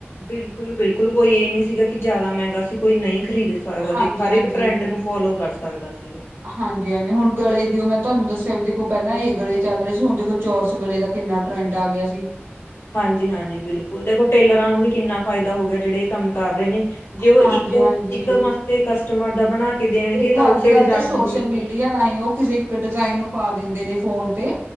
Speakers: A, on the left; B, on the right.
A: ਬਿਲਕੁਲ-ਬਿਲਕੁਲ ਕੋਈ ਇਹ ਨਹੀਂ ਸੀਗਾ ਕਿ ਜ਼ਿਆਦਾ ਮਹਿੰਗਾ ਸੀ ਕੋਈ ਨਹੀਂ ਖਰੀਦ ਸਕਦਾ
B: ਹਾਂਜੀ-ਹਾਂਜੀ।
A: ਹਰ ਇੱਕ ਟਰੈਂਡ ਨੂੰ ਫੋਲੋ ਕਰ ਸਕਦਾ ਸੀਗਾ।
B: ਹਾਂਜੀ-ਹਾਂਜੀ ਹੁਣ ਗਲੇ ਦੀ ਉਹ ਤੁਹਾਨੂੰ ਦੱਸਿਆ ਵੀ ਦੇਖੋ, ਪਹਿਲਾਂ ਇਹ ਗਲੇ ਚੱਲ ਰਹੇ ਸੀ ਹੁਣ ਦੇਖੋ ਚੋਰਸ ਗਲੇ ਦਾ ਕਿੰਨਾ ਟਰੈਂਡ ਆ ਗਿਆ ਸੀ।
A: ਹਾਂਜੀ-ਹਾਂਜੀ ਬਿਲਕੁਲ ਦੇਖੋ ਟੇਲਰਾਂ ਨੂੰ ਵੀ ਕਿੰਨਾ ਫਾਇਦਾ ਹੋ ਗਿਆ, ਜਿਹੜੇ ਕੰਮ ਕਰ ਰਹੇ ਨੇ ਜੇ ਉਹ
B: ਹਾਂਜੀ-ਹਾਂਜੀ
A: ਇੱਕ-ਇੱਕ ਮਾਸਤੇ ਕਸਟਮਰ ਦਾ ਬਣਾ ਕੇ ਦੇਣਗੇ
B: ਦੇਖੋ
A: ਤਾਂ
B: ਅੱਜ-ਕੱਲ੍ਹ
A: ਉਸੇ ਡਿਜ਼ਾਇਨ
B: ਤਾਂ ਸੋਸ਼ਲ
A: ਨੂੰ ਦੇ
B: ਮੀਡੀਆ
A: ਕੇ
B: ਰਾਹੀਂ ਉਹ ਕਿਸੇ ਇੱਕ ਡਿਜ਼ਾਇਨ ਨੂੰ ਪਾ ਦਿੰਦੇ ਫੋਨ ਤੇ